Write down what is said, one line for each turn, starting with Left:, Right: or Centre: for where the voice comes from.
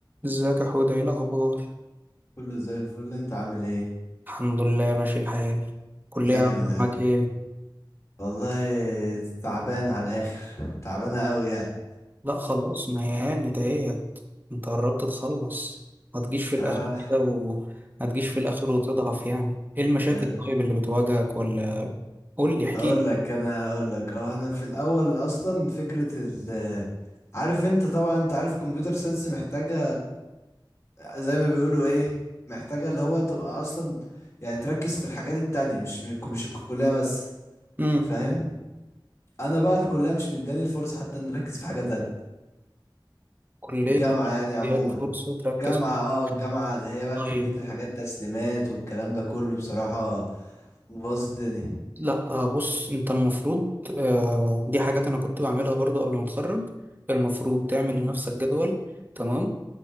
Right: ازيك يا حوده ايه الاخبار
Left: كله زي الفل انت عامل ايه
Right: الحمد لله ماشي الحال كلية
Left: دايما
Right: عاملة
Left: يعني
Right: معاك ايه
Left: والله تعبان على الاخر تعبانه قوي يعني
Right: لا خلاص ما هي هانت اهيت انت قربت تخلص ما تجيش في الاخر
Left: اه
Right: كده و ما تجيش في الاخر وتضعف يعني ايه المشاكل
Left: اه،
Right: طيب اللي بتواجهك ولا قول لي احكي
Left: هقول لك انا هقول لك اه انا في الاول اصلا فكره ال عارف انت طبعا انت عارف كمبيوتر ساينس محتاجه زي ما بيقولوا ايه محتاجه اللي هو تبقى اصلا يعني تركز في الحاجات التانية مش مش الكليه بس
Right: امم
Left: فاهم انا بقى الكليه مش مداني الفرصه حتى ان اركز في حاجه تانية
Right: كلية
Left: الجامعه
Right: مش
Left: يعني
Right: مدياك
Left: عموما
Right: فرصة تركز
Left: جامعة
Right: في حاجة.
Left: اه الجامعة اللي هي بقى
Right: طيب
Left: كمية الحاجات تسليمات والكلام ده كله بصراحة باظ الدنيا
Right: لا آه، بص انت المفروض آه، دي حاجات انا كنت بعملها برضو قبل ما اتخرج المفروض تعمل
Left: مم.
Right: لنفسك جدول تمام